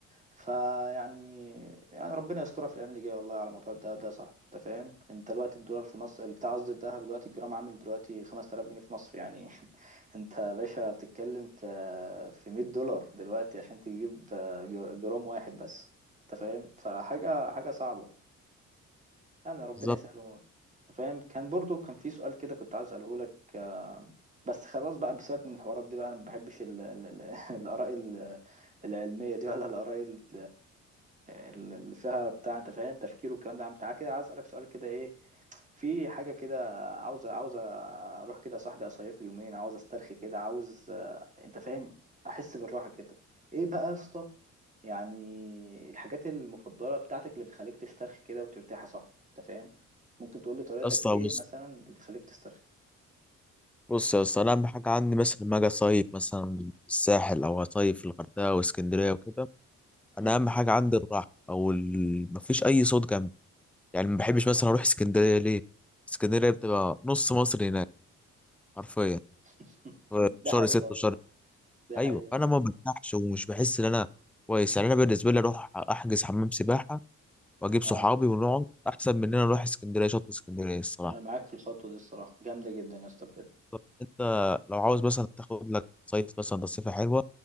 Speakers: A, on the right; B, in the centre.
A: فيعني يعني ربنا يسترها في الأيام اللي جاية والله على موضوع الذهب ده يا صاحبي انت فاهم انت دلوقتي الدولار في مصر اللي بتاع قصدي الذهب دلوقتي الجرام عامل دلوقتي 5000 جنيه في مصر يعني <laughs> انت يا باشا بتتكلم في في 100 دولار دلوقتي عشان تجيب آه، جرام واحد بس انت فاهم فحاجة حاجة صعبة يعني ربنا
B: بالظبط
A: يسهله انت فاهم كان برضو كان في سؤال كده كنت عايز اساله لك آه، بس خلاص بقى بسيبك من الحوارات دي بقى انا ما بحبش ال- ال- ال- <laughs> الاراء ال- العلميه دي ولا الاراء ال- اللي فيها بتاع انت فاهم تفكير والكلام ده عم تعالى كده عايز اسالك سؤال كده ايه في حاجة كده عاوز عاوز أروح كده يا صاحبي أصيف لي يومين عاوز أسترخي كده عاوز آه، أنت فاهم أحس بالراحة كده إيه بقى يا اسطى يعني الحاجات المفضلة بتاعتك اللي بتخليك تسترخي كده وترتاح يا صاحبي أنت فاهم ممكن تقول لي طريقتك
B: اصلا
A: إيه
B: بص
A: مثلا اللي بتخليك تسترخي
B: بص يا اسطى انا اهم حاجه عندي مثلا لما اجي اصيف مثلا في الساحل او اصيف في الغردقه واسكندريه وكده انا
A: مم.
B: اهم حاجه عندي الراحه او ال... مفيش اي صوت جنبي يعني ما بحبش مثلا اروح اسكندريه ليه اسكندريه بتبقى نص مصر هناك حرفيا
A: <laughs>
B: في شهر
A: ده حقيقة
B: ستة
A: والله
B: وشهر
A: ده
B: ايوه
A: حقيقة
B: فانا
A: فعلا
B: ما برتاحش ومش بحس ان انا كويس يعني انا بالنسبه لي اروح احجز حمام سباحه واجيب صحابي
A: أه
B: ونقعد احسن من ان انا اروح اسكندريه شط اسكندريه الصراحه
A: أنا معاك في الخطوة دي الصراحة جامدة جدا يا اسطى بجد
B: طب انت لو عاوز مثلا تاخد لك صيف مثلا تصيفه حلوه